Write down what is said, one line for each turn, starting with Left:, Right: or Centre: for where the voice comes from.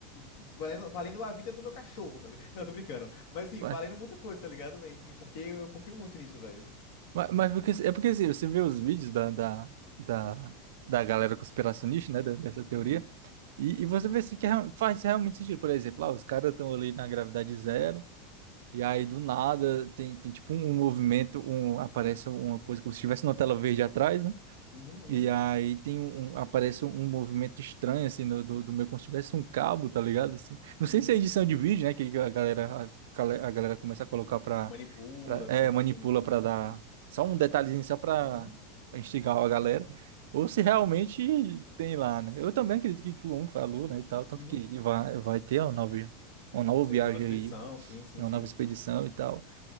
Left: Valendo, valendo a vida do meu cachorro, tá ligado? Não, tô brincando. Mas assim,
Right: Ué,
Left: valendo muita coisa, tá ligado, velho? Enfim, porque eu, eu confio muito nisso, velho.
Right: Mas, mas porque, é porque, assim, você vê os vídeos da... da... da... Da galera conspiracionista, né? da- Dessa teoria,
Left: Uhum,
Right: E, e você vê se que é real- faz realmente sentido. Por exemplo, lá, os caras estão ali na gravidade zero, e aí do nada tem, tem tipo um movimento, um, aparece uma coisa como se estivesse uma tela verde atrás,
Left: uhum, uhum,
Right: e aí tem um, um- aparece um, um movimento estranho, assim, no, do, do meu, como se tivesse um cabo, tá ligado? Assim. Não
Left: uhum.
Right: sei se é edição de vídeo, né? Que a galera, a, gale- a galera começa a colocar pra,
Left: Manipula,
Right: pra... É,
Left: sim,
Right: manipula
Left: sim.
Right: pra dar só um detalhezinho, só pra
Left: Uhum,
Right: pra instigar a galera. Ou se realmente tem lá, né? Eu também acredito que, que o homem falou, né, e tal. Tanto
Left: uhum.
Right: que vai, vai ter uma nova, uma nova
Left: Eu,
Right: viagem
Left: eu na expedição,
Right: aí,
Left: sim, sim,
Right: uma
Left: sim.
Right: nova expedição e tal.